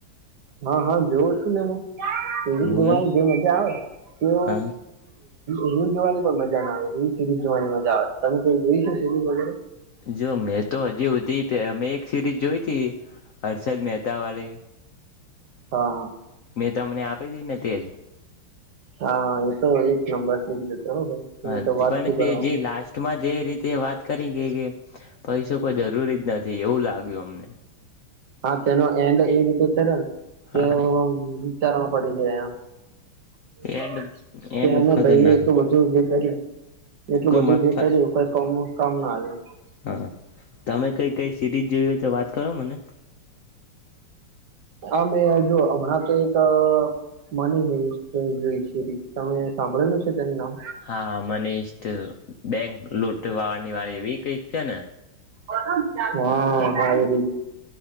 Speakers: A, on the right; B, on the left.
A: હા હા જોવ શું ને હુ સ્ટોરી
B: એવું
A: જોવાની
B: એમ
A: જે મજા આવે તો
B: હા
A: <unintelligible> હ જોવાની પણ મજા ના આવે સીરીઝ જોવાની મજા આવે તમે કોઈ જોઈશ સિરીઝ વગેરે
B: જો મેં તો હજી હુધી અમે એક સિરીઝ જોઈ તી હર્ષદ મે તાવાળી
A: હા
B: મે તમને આપ કઈ દી ને તેે
A: હા એ તો એક નંબર <unintelligible>
B: હા
A: એની તો વાત
B: પણ
A: શું
B: તે
A: કરવાની
B: જે લાસ્ટમાં જે રીતે વાત કરી કે કે પૈસો કોઈ જરૂરી જ નથી એવું લાગ્યું અમને
A: હા તેનો એન્ડ એ રીતે કરે ને
B: હા
A: કેવ વિચારણા પડે <unintelligible>
B: એન્ડ
A: કેને
B: એન્ડ ખતરનાક
A: ભાઈ એટલું બધું જે કર્યું એટલું
B: કોઈ
A: બધું
B: મગફા
A: જે કર્યું કઈ કોમ ન કામ ના આવ
B: હા તમે કંઈક કઈ સિરીઝ જોવી હોય તો વાત કરો મને
A: આ મે જો હમણાં તો એક મની હેઈસટ જોઈ તમે સાંભળેલું છે. તેનું નામ
B: હા મનીષટ બેંક લૂટ વાની વાળી એવી કઈક છે ને
A: હા હા એ <unintelligible>